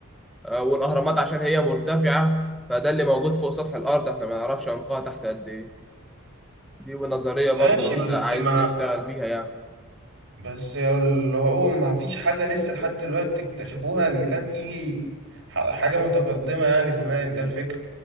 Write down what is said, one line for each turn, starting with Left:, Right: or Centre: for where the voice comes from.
Centre: آه، والاهرامات عشان هي مرتفعه فده اللي موجود فوق سطح الارض احنا ما نعرفش عمقها تحت قد ايه دي ونظريه برضو
Right: ماشي
Centre: لو انت
Right: بس
Centre: عايز
Right: ما
Centre: تشتغل بيها يعني
Right: بس اللي هو ما فيش حاجة لسه لحد دلوقتي اكتشفوها اللي كان فيه ح- حاجة متقدمة يعني زمان ده الفكرة